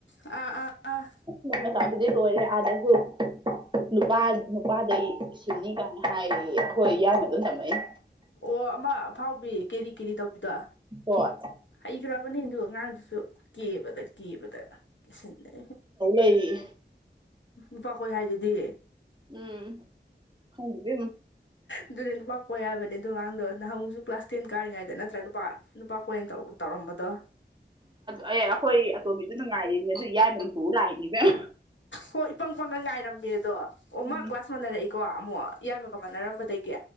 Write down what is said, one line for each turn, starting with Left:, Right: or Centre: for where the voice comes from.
Left: ꯑ ꯑꯥ ꯑꯥ
Right: ꯃ‌ꯣꯏ ꯃꯆꯥꯗꯨꯗꯤ ꯂ‌ꯣꯏꯔꯦ ꯑꯥꯗꯁꯨ ꯅꯨꯄꯥ ꯅꯨꯄꯥꯗꯩ ꯁꯤꯟꯅꯤ ꯀꯥꯏꯅ ꯍꯥꯏꯌꯦ ꯑꯩꯈꯣꯏ ꯏꯡꯕ ꯑꯗꯨꯝ ꯊꯝꯃꯛ
Left: ꯑꯣ ꯑꯃ ꯐꯥꯎꯕꯤ ꯀꯦꯔꯤ ꯀꯦꯔꯤ ꯇꯧꯕꯤꯗ
Right: ꯍꯗ
Left: ꯍꯩꯈ꯭ꯔꯕꯅꯤ ꯑꯗꯨ ꯑꯉꯥꯡꯗꯨꯁꯨ ꯀꯦꯕꯗ ꯀꯦꯕꯗ ꯀꯦꯁꯤꯟꯅꯦ
Right: ꯑꯩ
Left: ꯂꯨꯄꯥꯈꯣꯏ ꯍꯥꯏꯗꯗꯤ
Right: ꯎꯝ ꯍ
Left: ꯑꯗꯨꯗꯤ ꯅꯨꯄꯥ ꯀꯣꯛ ꯌꯥꯕꯅꯦꯗꯣꯉꯥꯡꯗꯣ ꯅꯍꯪꯨꯁꯨ ꯀ꯭ꯂꯥꯁ ꯇꯦꯟ ꯀꯥꯔꯤꯉꯩꯗ ꯅꯠꯇ꯭ꯔ ꯅꯨꯄꯥ ꯅꯨꯄꯥ ꯄꯣꯏꯟ ꯇꯧꯔꯝꯕꯗꯣ
Right: ꯑꯩꯈꯣꯏ ꯑꯇꯣꯕꯤꯗꯨꯅ ꯉꯥꯏꯔꯤꯅꯦ ꯑꯗꯨ ꯏꯏꯕꯅꯐꯨ ꯂꯥꯛꯏꯅꯤꯕꯦꯝ
Left: ꯍꯣꯏ ꯏ ꯄꯪ ꯄꯪꯒ ꯉꯥꯏꯔꯝꯃꯦ ꯑꯗꯣ ꯑꯣ
Right: ꯎꯝ
Left: ꯃꯥ ꯀ꯭ꯂꯥꯁ ꯃꯥꯟꯅꯔꯛꯏꯀꯣ ꯑꯃꯨꯛ ꯏꯌꯥꯝꯃꯒ ꯃꯥꯟꯅꯔꯝꯕꯗꯒꯤ